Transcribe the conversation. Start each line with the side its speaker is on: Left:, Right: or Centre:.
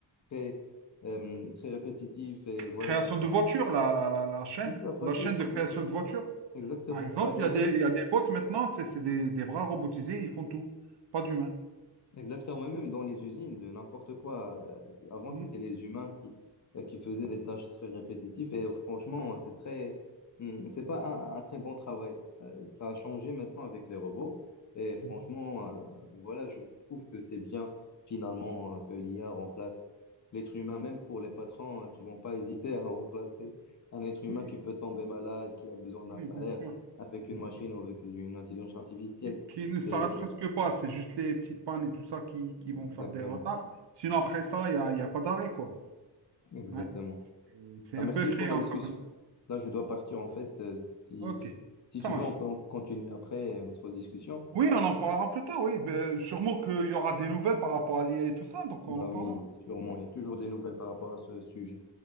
Left: très euh, très répétitif et voilà,
Right: Création de voitures, la, la, la, la chaîne,
Left: Oui, la voiture,
Right: la chaîne
Left: par
Right: de création
Left: exemple.
Right: de voitures.
Left: Exactement.
Right: Par exemple,
Left: Par exemple,
Right: il y a des, il y a des bots maintenant, c'est c'est des, des bras robotisés, ils font tout, pas d'humains.
Left: Exactement, même dans les usines, de n'importe quoi. Euh, Avant,
Right: Mhm.
Left: c'était les humains qui, euh, qui faisaient des tâches très répétitives et euh, franchement, euh, c'est très, hum, c'est pas un, un très bon travail. Euh, Ça a changé maintenant avec les robots et franchement,
Right: Mhm.
Left: euh, voilà, je trouve que c'est bien finalement euh, que l'IA remplace l'être humain, même pour les patrons euh, qui vont pas hésiter à remplacer un être humain
Right: Oui,
Left: qui peut tomber malade, qui a besoin d'un
Right: oui,
Left: salaire
Right: bien sûr.
Left: avec une
Right: bien
Left: machine
Right: sûr.
Left: ou avec une intelligence artificielle.
Right: Qui, qui ne s'arrêtent
Left: C'est
Right: presque pas, c'est juste les petites pannes et tout ça qui, qui vont
Left: exactement.
Right: faire des retards. Sinon, après ça, il n'y a, il y a pas d'arrêt, quoi.
Left: Exactement.
Right: Ouais. Euh, C'est
Left: Ah,
Right: un
Left: merci
Right: peu effrayant
Left: pour la discussion.
Right: quand même.
Left: Là, je dois partir en fait. euh, Si,
Right: Ok,
Left: si tu
Right: ça marche.
Left: veux, on peut en continuer après euh, notre discussion.
Right: Oui, on en parlera plus tard, oui. Ben, sûrement qu'il y aura des nouvelles par rapport à l'IA et tout ça, donc
Left: Bah
Right: on en parlera.
Left: oui, sûrement. Il y a toujours des nouvelles par rapport à ce sujet.